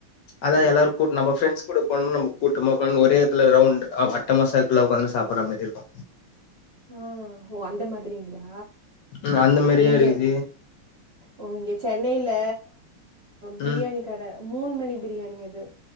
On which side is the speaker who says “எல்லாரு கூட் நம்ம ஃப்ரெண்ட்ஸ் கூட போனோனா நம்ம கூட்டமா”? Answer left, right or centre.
Left